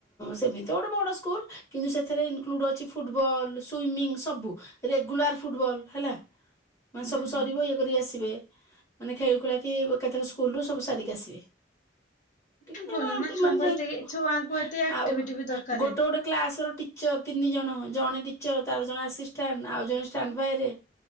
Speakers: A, on the left (about 15°); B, on the left (about 45°).
A: ସେମିତିତ ଗୋଟେ ବଡ଼ ସ୍କୁଲ୍ କିନ୍ତୁ ସେଥିରେ ଇନ୍ କ୍ଲୁଡ୍ ଅଛି ଫୁଟବଲ୍ ସୁଇମିଙ୍ଗ୍ ସବୁ ରେଗୁଲାର୍ ଫୁଟବଲ୍ ହେଲା। ମାନେ
B: ହୁଁ
A: ସବୁ
B: ହୁଁ
A: ସରିବ ଇଏ କରିକି ଆସିବେ ମାନେ ଖେଳି ଖୁଳାକି ଏକାଥରେ ସ୍କୁଲରୁ ସବୁ ସାରିକି ଆସିବେ। ଟିକେ
B: ଭଲ
A: ଆଉଟୁ
B: ନା ଛୁଆଙ୍କୁ
A: ମାନେ ଯେହେତୁ
B: ଏତେ ଛୁଆଙ୍କୁ ଏତେ ଆକ୍ଟିଭିଟି
A: ଆଉ
B: ବି ଦରକାର।
A: ଗୋଟେ-ଗୋଟେ କ୍ଲାସର ଟି ଚ ତିନି ଜଣ ଜଣେ ଟିଚର୍ ତାର ଜଣେ ଆସିଷ୍ଟାଣ୍ଟ୍ ଆଉ ଜଣେ ଷ୍ଟାଣ୍ଡ୍ ବାଏରେ